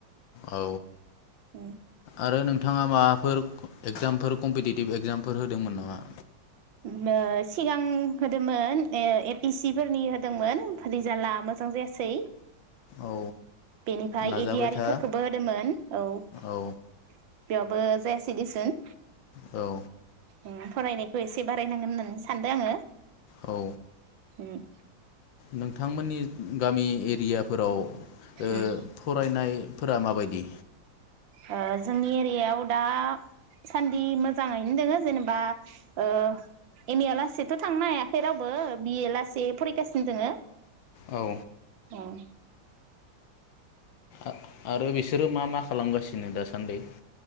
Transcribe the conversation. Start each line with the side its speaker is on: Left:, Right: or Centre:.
Left: औ
Right: उम।
Left: आरो नोंथाङा माबाफोर एगजामफोर कम्पिटिटिभ एक्जामफोर होदोंमोन नामा?
Right: उम ओ सिगां होदोंमोन ओ ए पि सि फोरनि होदोंमोन। रिजालआ मोजां जायासै।
Left: औ
Right: बेनिफ्राय
Left: नाजाबाय
Right: एदिआरयिफोरखौबो
Left: था
Right: होदोंमोन। औ बेयावबो
Left: औ
Right: जायासै दिसुन।
Left: औ
Right: उम फरायनायखौ एसे बारायनांगोन होननानै सानदों आङो।
Left: औ
Right: उम
Left: नोंथांमोननि गामि एरियाफोराव ओ
Right: उम
Left: फरायनाय फोरा माबायदि?
Right: ओ जोंनि एरियायाव दासान्दि मोजाङैनो दोङो जेनेबा ओ एम ए यालासैथ थांनो हायाखै रावबो बि ए लासै फरायगासिनो दोङो।
Left: औ
Right: उम
Left: आ-आरो बिसोरो मा मा खालामगासिनो दासान्दै?